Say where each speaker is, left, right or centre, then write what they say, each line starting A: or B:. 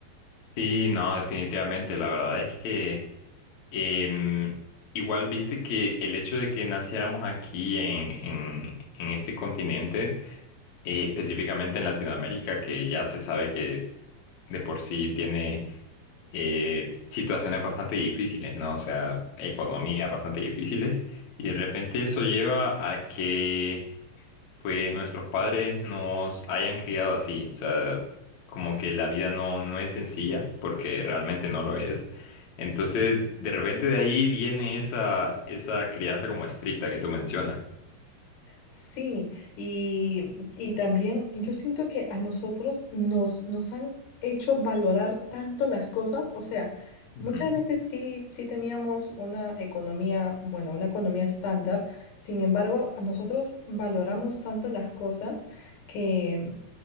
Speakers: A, on the left; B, on the left.
A: Sí, no, definitivamente. La verdad es que em, igual viste que el hecho de que naciéramos aquí en, en, en este continente eh, específicamente en Latinoamérica, que ya se sabe que de por sí tiene eh, situaciones bastante difíciles, ¿no? O sea, economías bastante difíciles, y de repente eso lleva a que, pues, nuestros padres nos hayan criado así, o sea, como que la vida no, no es sencilla, porque realmente no lo es. Entonces, de repente de ahí viene esa, esa crianza como estricta que tú mencionas.
B: Sí, y, y también yo siento que a nosotros nos, nos han hecho valorar tanto las cosas. O sea,
A: Ujú,
B: muchas veces sí, sí teníamos una economía, bueno, una economía estándar. Sin embargo, a nosotros valoramos tanto las cosas que